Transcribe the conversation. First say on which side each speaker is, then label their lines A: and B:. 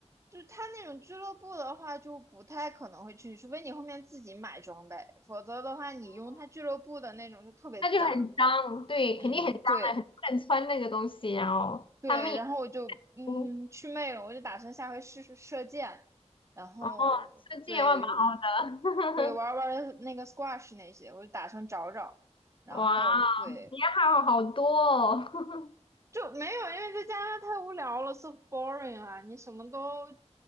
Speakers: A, on the right; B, on the left.
A: 就他那种俱乐部的话，就不太可能会去，除非你后面自己买装备，否则的话，你用他俱乐部的那种就特别脏。
B: 那就很脏，对，
A: 嗯，
B: 肯定很脏的，
A: 对
B: 很多人穿那个东西，然后他们也
A: 对，然后我就嗯去魅了，
B: 不，
A: 我就打算下回试试射箭，然后对
B: 哦，设计也蛮好的，
A: 对玩儿玩儿那个 squash 那些，我就打算找找，
B: <laughs>
A: 然后对
B: 哇，你还好好多哦，<laughs>
A: 就没有，因为在加拿大太无聊了，so boring 啊！你什么都，